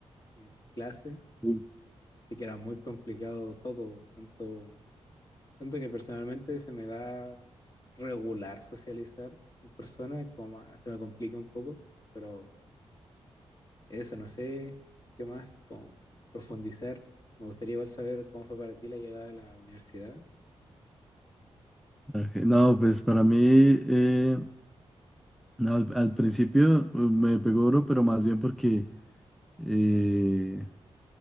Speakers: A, on the left; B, in the centre.
A: en clase,
B: Sí.
A: así que era muy complicado todo, tanto Tanto que personalmente se me da regular socializar en persona, como más- se me complica un poco, pero eso, no sé qué más, como profundizar. Me gustaría igual saber cómo fue para ti la llegada a la universidad.
B: Ok, No, pues para mí, eh, no, al, al principio eh, me pegó oro, pero más bien porque eh,